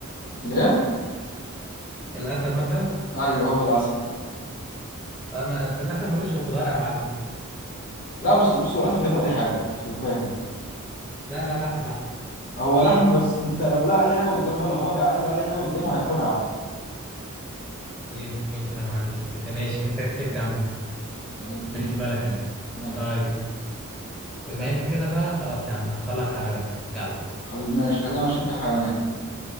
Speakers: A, on the left (about 45°); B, in the centre.
A: ليه؟
B: الاسد مثلا
A: ايوه هو الاسد
B: اه ما بس الاسد ملوش في الخضار يا معلم
A: لا بس بص هو الاسد بياكل اي حاجة مش تبقى فاهم
B: لا لا لحمه لحمه
A: هو لحم بس انت لو لقى اي حاجة قدامه لو هو جعان ولا اي حاجة قدامه هياكلها عادي
B: يمكن يمكن انا ما عنديش قد كده ماشي انت كسبت
A: مم.
B: يا عم بيه
A: يا الدين
B: احسبها لك انت
A: ماشي
B: طيب بما ان كده بقى خلاص يا عم انا اختار لك حيوان يلا
A: خل... ماشي خلينا ماشيين في الحيوانات